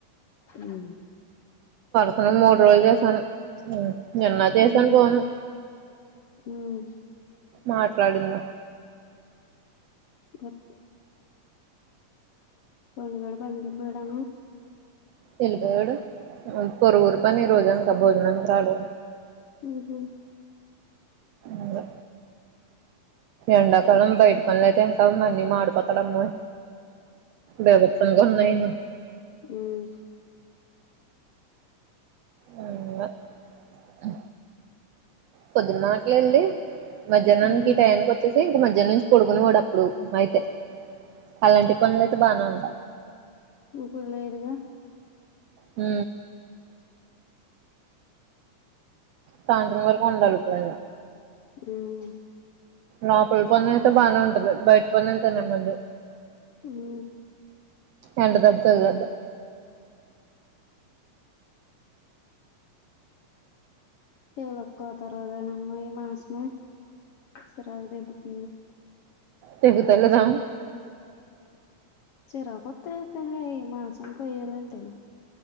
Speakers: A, on the left; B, on the right.
A: ఉమ్
B: సాను మూడు రోజులు చేసాను నిన్న చేసాను
A: ఉమ్
B: పోను
A: ఉమ్
B: మాట్లాడిందా
A: గోత్ పండుగాడు పనికి వెళ్ళిపోయాడా
B: వెళ్ళిపోయాడు పొరుగురికి పని రోజు అంతా భోజనానికి రాడు
A: ఉహు
B: ఇంగా ఎండాకాలం బయట పనులయితే ఇంకా మన్ని మాడిపోతడమ్మ బీభత్సంగా ఉన్నాయో
A: ఉమ్
B: <unintelligible> పొద్దున మాటలుళ్డి మధ్యాహ్నానికి
A: ఉమ్
B: టయానికి వచ్చేసి ఇంక మధ మధ్యాహ్నం నుంచి పడుకునే వాడు అప్పుడు అయితే అలాంటి పనులు అయితే బానే ఉంటా
A: ఎప్పుడు లేదుగా
B: హ సాయంత్రం వరకు ఉండాలి ఇప్పుడుైద
A: ఉమ్
B: లోపల పొన్న అయితే బాగానే ఉంటది బయట పన్నంతనే మంది
A: హు
B: ఎండ <unintelligible> ద తెగాంతా
A: ఏలాక్కువ తర్గాలమ్మా ఈ మాసమ శరాగ దిబ్బతుంది <unintelligible>
B: తెగుతలేదా
A: చరా <unintelligible> కొత్త అత్త హ మాసంఖాలంటనా